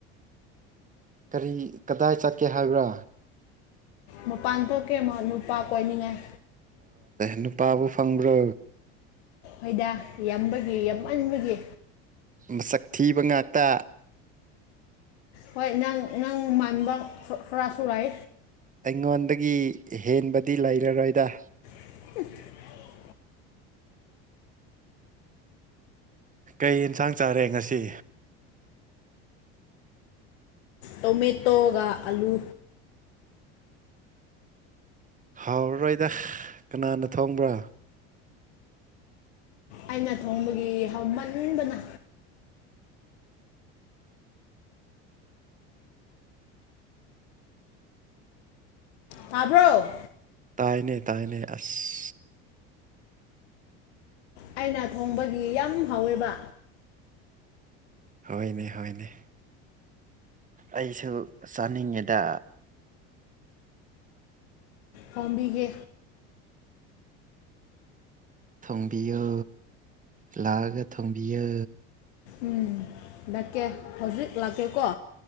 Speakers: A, on the right; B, on the left.
A: ꯀꯔꯤ ꯀꯗꯥꯏ ꯆꯠꯀꯦ ꯍꯥꯏꯕ꯭ꯔꯥ
B: ꯃꯄꯥꯟ ꯊꯣꯛꯀꯦ ꯅꯨꯄꯥ ꯀꯣꯏꯅꯤꯡꯉꯥꯏ
A: ꯅꯨꯄꯥꯕꯨ ꯐꯪꯕ꯭ꯔꯣ
B: ꯑꯩꯣꯏꯗ ꯌꯥꯝꯕꯒꯤ ꯌꯥꯝꯃꯟꯕꯒꯤ
A: ꯃꯁꯛ ꯊꯤꯕ ꯉꯥꯛꯇ
B: ꯍꯣꯏ ꯅꯪ ꯅꯪ ꯃꯥꯏꯕ ꯈꯣꯔꯁꯨꯨꯔꯥꯏ
A: ꯑꯩꯉꯣꯟꯗꯒꯤ ꯍꯦꯟꯕꯗꯤ ꯂꯩꯔꯔꯣꯏꯗ
B: <inaudible>
A: ꯀꯩ ꯌꯦꯟꯁꯥꯡ ꯆꯥꯔꯦ ꯉꯁꯤ
B: ꯇꯣꯃꯦꯇꯣꯒ ꯑꯂꯨ
A: ꯍꯥꯎꯔꯔꯣꯏꯗ ꯀꯅꯥꯅ ꯊꯣꯡꯕ꯭ꯔꯥ
B: ꯑꯩꯅ ꯊꯣꯡꯕꯒꯤ ꯍꯃꯟꯕꯅ ꯇꯥꯕ꯭ꯔꯣ
A: ꯇꯥꯏꯅꯦ ꯇꯥꯅꯦ ꯑꯁ
B: ꯑꯩꯅ ꯊꯣꯡꯕꯒꯤ ꯌꯥꯝ ꯍꯥꯎꯋꯦꯕ
A: ꯍꯣꯏꯅꯦ ꯍꯣꯏꯅꯦ ꯑꯩꯁꯨ ꯆꯥꯅꯤꯡꯉꯤꯗ
B: ꯑꯣꯝꯕꯤꯒꯦ
A: ꯊꯣꯡꯕꯤꯌꯨ ꯂꯥꯛꯑꯒ ꯊꯣꯡꯕꯤꯌ
B: ꯎꯝ ꯂꯀꯦ ꯍꯧꯖꯤꯛ ꯂꯥꯛꯀꯦꯀꯣ